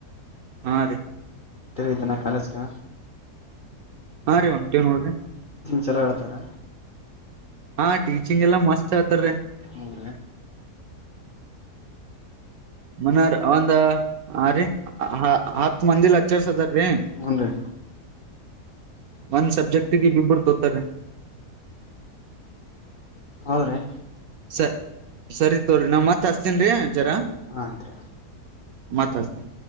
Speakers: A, on the right (about 70°); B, on the left (about 55°).
A: ಹಾ ರೀ
B: ಇದ್ದಾನ ಕಾಲೇಜ್ಗ
A: ಹಾ ರೀ ಒಂಟವ ನೋಡ್ರಿ
B: ಚೊಲೋ ಹೇಳ್ತಾರೆ
A: ಹಾ ಟೀಚಿಂಗ್ ಹೇಳ್ತಾರೀ
B: ಹ್ರ
A: ಮನರ್ ಒಂದ ಹಾರೀ ಆ ಹತ್ತ ಮಂದಿ ಲಚ್ಚರ್ಸ್ ಅದಾರಿ
B: ಹ್ಞೂನ್ರಿ
A: ಒಂದ್ ಸಬ್ಜೆಕ್ಟ್ ಂಬರ್ತ ಸರಿ
B: ಪರಿ
A: ಸ ಸರಿ ತೋ್ರಿ ನಾ ಮತ್ ಹಸ್ತೀನ್ ರೀ ಜರ
B: ಆಯ್ತ್ರಿ
A: ಮತ್ ಹಸ್ತೀನ